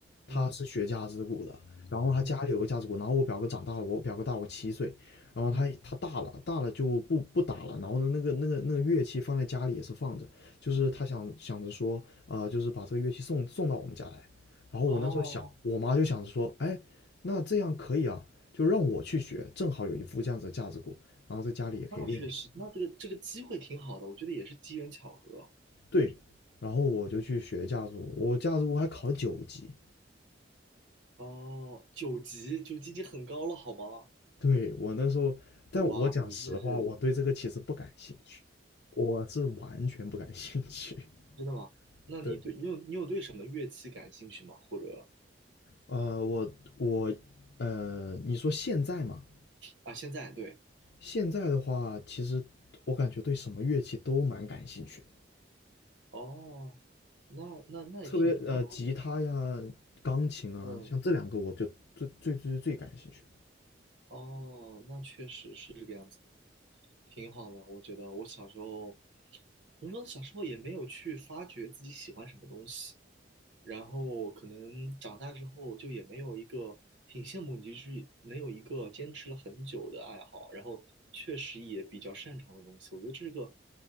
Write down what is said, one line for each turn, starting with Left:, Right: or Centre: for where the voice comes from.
Left: 他是学架子鼓的，
Right: 嗯
Left: 然后他家里有个架子鼓，
Right: 嗯
Left: 然后我表哥长大了，我表哥大我七岁，然后他他大了大了就不不打了，
Right: 嗯
Left: 然后呢那个那个那个乐器放在家里也是放着，就是他想想着说，
Right: 嗯，
Left: 呃，就是把这个乐器送送到我们家来，然后我那时候想，
Right: 哦。
Left: 我妈就想着说，哎。那这样可以啊，就让我去学，正好有一副这样子的架子鼓，然后在家里也可以练习。
Right: 那确实，那这个这个机会挺好的，我觉得也是机缘巧合。
Left: 对，然后我就去学架子鼓，我架子鼓还考了九级。
Right: 哦，九级，九级已经很高了，好吗？
Left: 对，我那时候，但我讲实话，
Right: 哇，你这是
Left: 我对这个其实不感兴趣，我是完全不感兴趣。
Right: 真的吗？
Left: <laughs>
Right: 那你对你有你有对什么乐器感兴趣吗？
Left: 对，
Right: 或者
Left: 呃，我我呃，你说现在嘛，
Right: 啊，现在对
Left: 现在的话，其实我感觉对什么乐器都蛮感兴趣，
Right: 哦，那那那也挺好的，
Left: 特别呃，吉他呀、
Right: 我觉
Left: 钢琴啊，
Right: 得嗯，
Left: 像这两个我就最最最最感兴趣。
Right: 哦，那确实是这个样子，挺好的。我觉得我小时候，怎么说呢，小时候也没有去发掘自己喜欢什么东西，然后可能长大之后就也没有一个挺羡慕你，就是能有一个坚持了很久的爱好，然后确实也比较擅长的东西，我觉得这是个